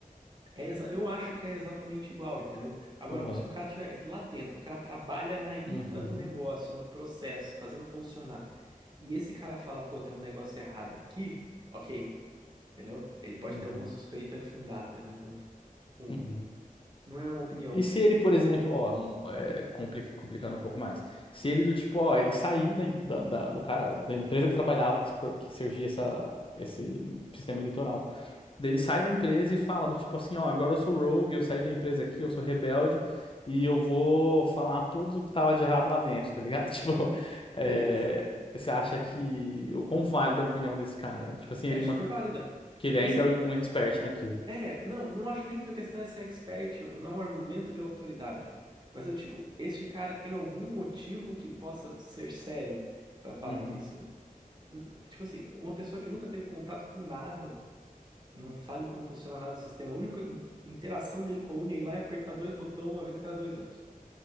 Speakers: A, on the right; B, on the left.
A: é exa- eu acho que é exatamente igual, entendeu? Agora,
B: Aham.
A: se um cara tiver lá dentro, o cara trabalha na infra
B: Uhum.
A: do negócio, no processo, fazendo funcionar, e esse cara fala, pô, tem um negócio errado aqui, ok, entendeu? Ele pode
B: Uhum.
A: ter alguma suspeita fundada, né? Com, com...
B: Uhum.
A: Não é uma opinião.
B: E se ele, por exemplo, ó, um, é, complica- complicando um pouco mais, se ele do tipo, ó, ele saiu da, em- da- da- do cara, da empresa que trabalhava, que, se pro- que servia essa, esse sistema eleitoral. Daí ele sai da empresa e fala do tipo assim, ó, agora eu sou rogue, eu saí da empresa aqui, eu sou rebelde e eu vou falar tudo que tava de errado lá dentro, tá ligado? <laughs> Tipo,
A: Beleza,
B: é, você acha que o quão válida é a opinião desse cara? né? Tipo assim,
A: é
B: ele
A: super
B: man-
A: válida.
B: porque ele
A: Tipo
B: ainda
A: assim,
B: é um expert naquilo.
A: É, não, não acho nem que a questão é ser expert, não é um argumento de autoridade. Mas eu, tipo, este cara tem algum motivo que possa ser sério pra falar
B: Uhum.
A: que isso. N- Tipo assim, uma pessoa que nunca teve contato com nada, não sabe como funciona nada do sistema, a única in- interação dele com a urna é ir lá e apertar dois botões uma vez a cada dois anos.